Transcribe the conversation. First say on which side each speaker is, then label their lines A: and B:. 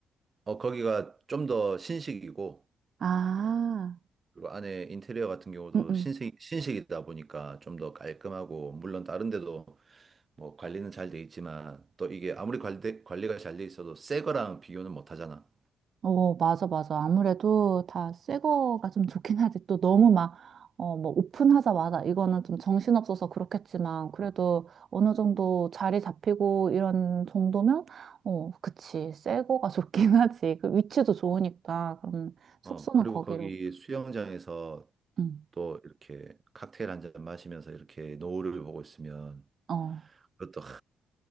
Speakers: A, on the right; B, on the right.
A: 어, 거기가 좀 더 신식이고
B: 아,
A: 어, 그리고 안에 인테리어 같은 경우도
B: 응응.
A: 신식, 신식이다 보니까 좀 더 깔끔하고, 물론 다른 데도 뭐 관리는 잘 돼 있지만, 또 이게 아무리 관리, 관리가 잘 돼 있어도 새 거랑 비교는 못 하잖아.
B: 어, 맞아, 맞아. 아무래도 다 새 거가 좀 좋긴 하지. 또 너무 막, 어, 뭐, 오픈하자마자, 이거는 좀 정신없어서 그렇겠지만, 그래도
A: 어,
B: 어느 정도 자리 잡히고 이런 정도면, 어, 그치. 새 거가 좋긴 <laughs> 하지. 그 위치도 좋으니까. 그럼 숙소는
A: 어, 그리고
B: 거기로.
A: 거기 수영장에서
B: 응.
A: 또 이렇게 칵테일 한 잔 마시면서 이렇게 노을을 보고 있으면
B: 어.
A: 그것도 하,